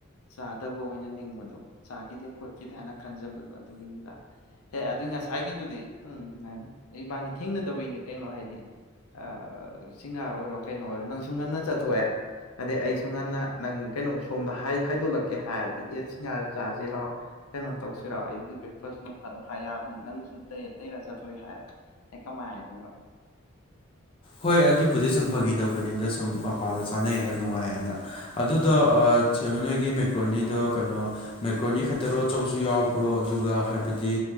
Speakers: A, on the left; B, on the left.
A: ꯆꯥꯗꯕ ꯑꯣꯏꯅ ꯅꯤꯡꯕꯗꯣ ꯆꯥꯈꯤꯗꯦ ꯈꯣꯠꯈꯤꯗꯦ ꯍꯥꯏꯅ ꯈꯟꯖꯕꯗꯣ ꯑꯗꯨꯒꯤꯅꯤꯗ ꯍꯦ ꯑꯗꯨꯏ ꯉꯁꯥꯏꯒꯤꯗꯨꯗꯤ ꯎꯝ ꯏꯕꯥꯅꯤ ꯊꯦꯡꯅꯗꯕꯩꯅꯤ ꯀꯩꯅꯣ ꯍꯥꯏꯗꯤ ꯑꯥ ꯁꯤꯡꯍꯥꯔ ꯑꯣꯏꯔꯣ ꯀꯩꯅꯣ ꯑꯣꯏꯔꯣ ꯅꯪꯁꯨ ꯉꯟꯅ ꯆꯠꯊꯣꯛꯑꯦ ꯑꯗꯩ ꯑꯩꯁꯨ ꯉꯟꯅ ꯅꯪ ꯀꯩꯅꯣ ꯁꯣꯝꯗ ꯍꯥꯏ ꯍꯥꯏꯗꯣꯛꯂꯛꯀꯦ ꯍꯥꯏꯔꯗꯤ ꯑꯦ ꯁꯤꯡꯍꯥꯔ ꯆꯥꯁꯤꯔꯣ ꯀꯩꯅꯣ ꯇꯧꯁꯤꯔꯣ ꯑꯌꯨꯛꯀꯤ ꯕ꯭ꯔꯦꯛꯐꯥꯁ ꯅꯣꯡꯐꯥꯗꯣꯛ ꯍꯥꯏ ꯌꯥꯕꯅꯦ ꯅꯪꯁꯨ ꯇꯔꯦꯠ ꯇꯩꯔꯥ ꯆꯠꯊꯣꯛꯏ ꯍꯥꯏꯔꯦ ꯑꯩ ꯀꯃꯥꯏ ꯍꯥꯏꯗꯣꯏꯕ
B: ꯍꯣꯏ ꯑꯗꯨꯕꯨꯗꯤ ꯁꯨꯝ ꯐꯥꯈꯤ ꯇꯧꯕꯅꯤꯗ ꯁꯨꯝ ꯃꯄꯥꯗꯨ ꯆꯥꯅꯩꯑꯦꯅ ꯅꯨꯡꯉꯥꯏꯑꯦꯅ ꯑꯗꯨꯗꯣ ꯑ ꯅꯣꯏꯒꯤ ꯃꯦꯀ꯭ꯔꯣꯅꯤꯗꯣ ꯀꯩꯅꯣ ꯃꯦꯀ꯭ꯔꯣꯅꯤ ꯈꯛꯇꯔꯣ ꯆꯧꯁꯨ ꯌꯥꯎꯕ꯭ꯔꯣ ꯑꯗꯨꯒ ꯍꯥꯏꯕꯗꯤ